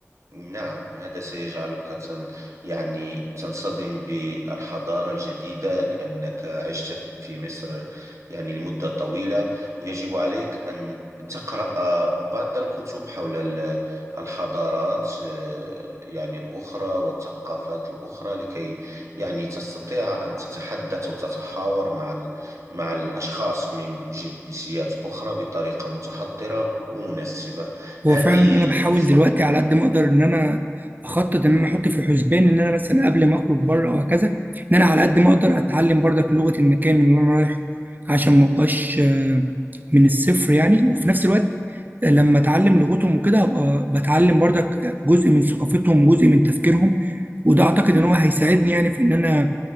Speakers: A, on the right; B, on the right.
A: نعم هذا سيجعلك تن يعني تنصدم بالحضارة الجديدة لأنك عشت في مصر يعني لمدة طويلة يجب عليك أن تقرأ بعض الكتب حول ال- الحضارات آه، يعني الأخرى والثقافات الأخرى لكي يعني تستطيع أن تتحدث وتتحاور مع ال- مع الأشخاص من جنسيات أخرى بطريقة متحضرة ومناسبة هذه
B: هو فعلا انا بحاول
A: ف...
B: دلوقتي على
A: نعم
B: قد ما اقدر ان انا اخطط ان انا احط في حسبان ان انا مثلا قبل ما اخرج بره او هكذا ان انا على قد ما اقدر اتعلم برضك لغه المكان اللي انا رايحه عشان ما ابقاش آه، من الصفر يعني وفي نفس الوقت آه، لما اتعلم لغتهم وكده ابقى بتعلم برضك جزء من ثقافتهم وجزء من تفكيرهم وده اعتقد ان هو هيساعدني يعني في ان انا